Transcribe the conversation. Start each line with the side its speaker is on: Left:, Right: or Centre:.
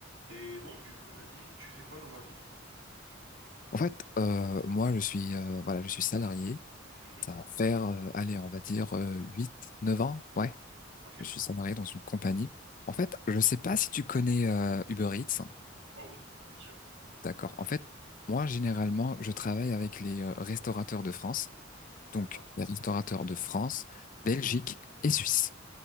Right: Et donc, du coup, m'a dit, tu fais quoi dans la vie?
Left: En fait, euh, moi, je suis, euh, voilà, je suis salarié.
Right: Mhm,
Left: Ça va faire, euh, allez, on va dire euh, 8, 9 ans. Ouais,
Right: ok.
Left: je suis salarié dans une compagnie. En fait, je sais pas si tu connais euh, Uber Eats.
Right: Oh oui, bien sûr.
Left: D'accord. En fait, moi, généralement, je travaille avec les euh, restaurateurs de France. Donc,
Right: D'accord.
Left: les restaurateurs de France, Belgique et Suisse.